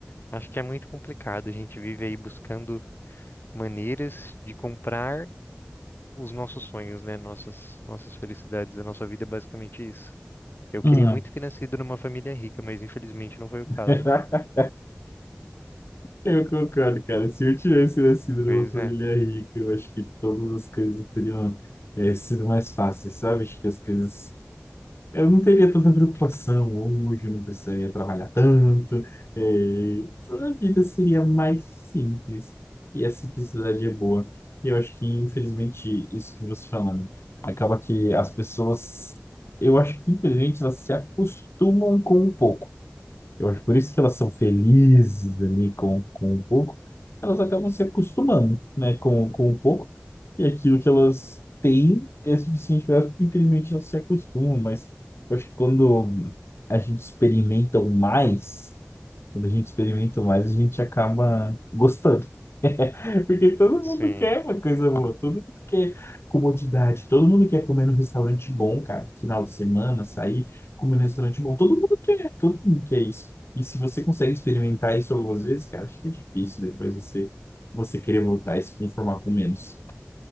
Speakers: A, on the left (about 60°); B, on the left (about 75°).
A: Acho que é muito complicado. A gente vive aí buscando maneiras de comprar os nossos sonhos, né? Nossas, nossas felicidades. A nossa vida é basicamente isso. Eu queria
B: Hum.
A: muito ter nascido numa família rica, mas infelizmente não foi o caso.
B: <laughs> Eu concordo, cara. Se eu tivesse nascido
A: Pois
B: numa família
A: é.
B: rica, eu acho que todas as coisas teriam, eh, sido mais fáceis, sabe? Acho que as coisas Eu não teria tanta preocupação hoje, eu não precisaria trabalhar tanto, eh, a vida seria mais simples e a simplicidade é boa. E eu acho que, infelizmente, isso que você falando, acaba que as pessoas, eu acho que, infelizmente, elas se acostumam com um pouco. Eu acho por isso que elas são felizes ali com, com um pouco, elas acabam se acostumando, né, com, com um pouco, e aquilo que elas têm é suficiente para elas, porque infelizmente elas se acostumam, mas eu acho que quando a gente experimenta o mais, quando a gente experimenta o mais, a gente acaba gostando. Porque todo
A: Sim,
B: mundo quer uma coisa boa, todo mundo quer comodidade, todo mundo quer comer num restaurante bom, cara. Final de semana, sair, comer num restaurante bom, todo mundo quer, todo mundo quer isso. E se você consegue experimentar isso algumas vezes, cara, fica difícil depois você você querer voltar e se conformar com menos.